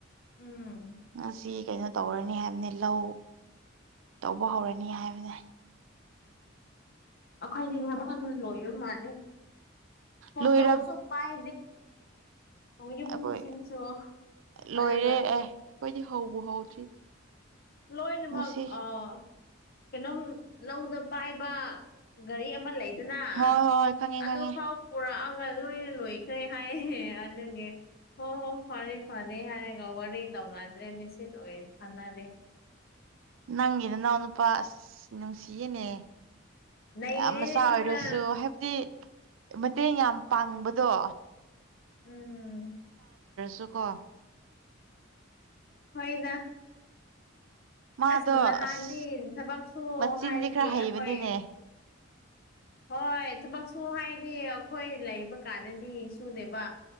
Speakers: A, on the left; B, on the right.
A: ꯎꯝ
B: ꯉꯁꯤ ꯀꯩꯅꯣ ꯇꯧꯔꯅꯤ ꯍꯥꯏꯕꯅꯤ ꯂꯧ ꯇꯧꯕ ꯍꯧꯔꯅꯤ ꯍꯥꯏꯕꯅꯦ
A: ꯑꯩꯈꯣꯏꯗꯤ ꯉꯅ ꯉ ꯂꯣꯏꯕ ꯃꯥꯜꯂꯦ ꯐꯣꯟ
B: ꯂꯣꯏꯔꯞ
A: ꯇꯧꯔꯁꯨ ꯄꯥꯏ ꯑ ꯌꯨꯝꯁꯤꯡꯁꯨ
B: ꯑꯩꯈꯣꯏ ꯂꯣꯏꯔꯦ
A: ꯑꯗꯨꯒ
B: ꯑꯦ ꯑꯩꯈꯣꯏꯗꯤ ꯍꯧꯕ ꯍꯧꯗ꯭ꯔꯤꯗ
A: ꯂꯣꯏꯅꯃꯛ
B: ꯉꯁꯤ
A: ꯑꯥ ꯀꯩꯅꯣꯝ ꯂꯧꯗ ꯄꯥꯏꯕ ꯒꯥꯔꯤ ꯑꯃ ꯂꯩ ꯑꯗꯨꯅ
B: ꯍꯣꯏ ꯍꯣꯏ ꯈꯪꯉꯦ
A: ꯑꯗꯨꯐꯥꯎ
B: ꯈꯪꯉꯦ
A: ꯄꯨꯔꯛꯑꯒ ꯂꯣꯏꯅ ꯂꯣꯏꯈ꯭ꯔꯦ ꯍꯥꯏꯌꯦ ꯑꯗꯨꯦ ꯍꯣ ꯍꯣ ꯐꯔꯦ ꯐꯔꯦ ꯍꯥꯏꯔꯒ ꯋꯥꯔꯤ ꯇꯧꯅꯗ꯭ꯔꯦ ꯃꯤꯁꯁ ꯑꯣꯏ ꯁꯥꯟꯅꯔꯦ
B: ꯅꯪꯒꯤ ꯅꯅꯥꯎ ꯅꯨꯄꯥ ꯑꯁ ꯅꯨꯡꯁꯤꯌꯦꯅꯦ
A: ꯅꯩꯔꯦꯅꯦ
B: ꯌꯥꯝ ꯃꯆꯥ
A: ꯑꯗꯨꯅ
B: ꯑꯣꯏꯔꯁꯨ ꯍꯥꯏꯕꯗꯤ ꯃꯇꯦꯡ ꯌꯥꯝ ꯄꯥꯡꯕꯗꯣ
A: ꯎꯝ
B: ꯆꯀꯣ
A: ꯍꯣꯏꯗ
B: ꯃꯥꯗꯣ
A: ꯑꯁ ꯅꯍꯥꯟꯗꯤ
B: ꯑꯁ
A: ꯊꯕꯛꯁꯨ
B: ꯃꯆꯤꯟꯗꯤ
A: ꯍꯥꯏꯔꯗꯤ
B: ꯈꯔ ꯍꯩꯕꯅꯤꯅꯦ
A: ꯑꯩꯈꯣꯏ ꯍꯣꯏ ꯊꯕꯛꯁꯨ ꯍꯥꯏꯗꯤ ꯑꯩꯈꯣꯏ ꯂꯩꯕ ꯀꯥꯟꯅꯅꯤ ꯁꯨꯅꯦꯕ